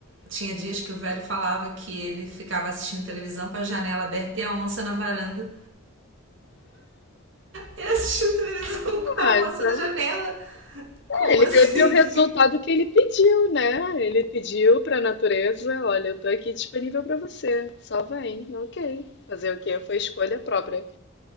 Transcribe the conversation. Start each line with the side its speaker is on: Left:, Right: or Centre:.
Right: tinha dias que o velho falava que ele ficava assistindo televisão com a janela aberta e a onça na varanda. Ele assistiu televisão <laughs> com
Left: Ah,
Right: a
Left: então,
Right: onça na janela. Como
Left: é, ele
Right: assim?
Left: teve o resultado
Right: <laughs>
Left: que ele pediu, né? Ele pediu para a natureza, olha, eu tô aqui disponível para você, só vem, ok. Fazer o quê? Foi escolha própria.